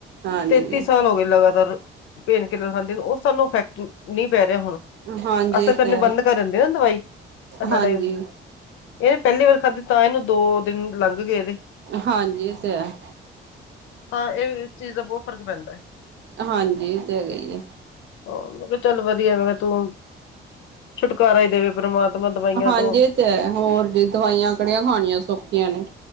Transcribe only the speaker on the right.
ਹਾਂਜੀ
ਹਾਂਜੀ
ਇਹ
ਤੇ ਹੈ,
ਹਾਂਜੀ,
ਹਾਂਜੀ ਇਹ ਤੇ ਹੈ।
ਹਾਂਜੀ ਉਹ ਤੇ ਹੈਗਾ ਹੀ ਹੈ।
ਹਾਂਜੀ
ਤੇ ਹੈ ਹੋਰ ਜੀ ਦਵਾਈਆਂ ਕਿੜੀਆਂ ਖਾਣੀਆਂ ਸੌਖੀਆਂ ਨੇ